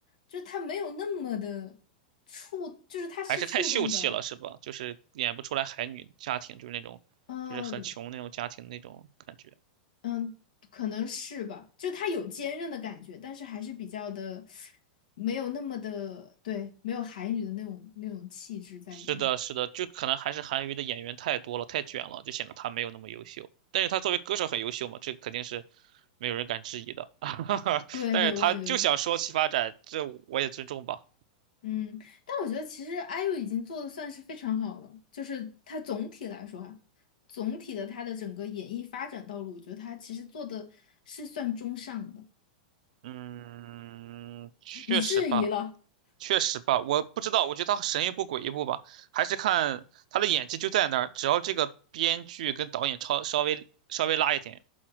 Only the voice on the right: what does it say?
还是太秀气了，是吧？就是演不出来海女家庭，就是那种，
就是很穷那种家庭那种感觉。
是的，是的，就可能还是韩娱的演员太多了，太卷了，就显得他没有那么优秀。但是他作为歌手很优秀嘛，这肯定是没有人敢质疑的。<laughs>
但是他就想说栖发展，
这我也尊重吧。
嗯，确实吧，
确实吧，我不知道，我觉得他神一步鬼一步吧，还是看他的演技就在那儿，只要这个编剧跟导演超稍微稍微拉一点，